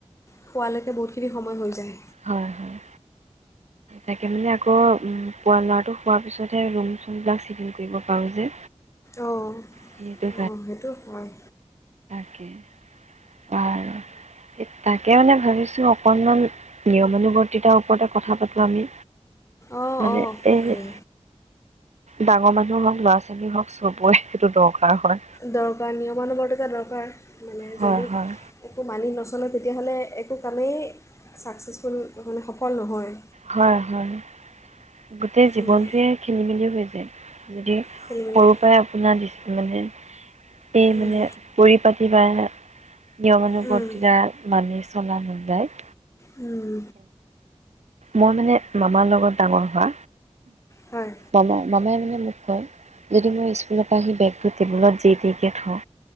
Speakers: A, on the left (about 25°); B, on the right (about 85°).
A: খোৱালেকে বহুতখিনি সম ময় হৈ যায়।
B: হয়, হয়। তাকে মানে আকৌ- শুৱা ল'ৰাটো শুৱা পিছতহে ৰুম, চুম বিলাক চিজিল কৰিব পাৰো যে।
A: অঁ,
B: সেইটো
A: অঁ সেইটো হয়।
B: কে বাৰু, তাকে মানে- ভাবিছোঁ অকণমান- নিয়মানুবৰ্তিতাৰ ওপৰতে কথা পাতোঁ আমি।
A: অঁ,
B: মানে,
A: অঁ
B: এই-
A: পাৰি।
B: ডাঙৰ মানুহৰ হওক, ল'ৰা- ছোৱালী হওক, চবৰে সেইটো দৰকাৰ- হয়
A: দৰকাৰ, নিয়মানুবৰ্তিতা দৰকাৰ। মানে,
B: হয়
A: যদি
B: হয়
A: একো মানি নচলে- কিয়নো তেতিয়াহ'লে একো কামেই চাকচেছফুল মানে সফল নহয়।
B: হয়, হয়। গোটেই জীৱনটোয়ে
A: উম,
B: খেলি, মেলি হৈ যায়। যদি
A: খেলিমেলি
B: সৰু, পৰাই আপোনাৰ দি মানে- এই
A: উম,
B: মানে পৰি -পা দিবহি ন'। নিয়ম
A: উম,
B: <unintelligible> মানি চলা দুটাই
A: উম।
B: মই মানে, মামাৰ লগত ডাঙৰ হোৱা।
A: হয়।
B: মামা, মামাই মানে মোক কয়, যদি মই স্কুলৰ পৰা আহি বেগটো টেবুলত জি তি কে থওঁ।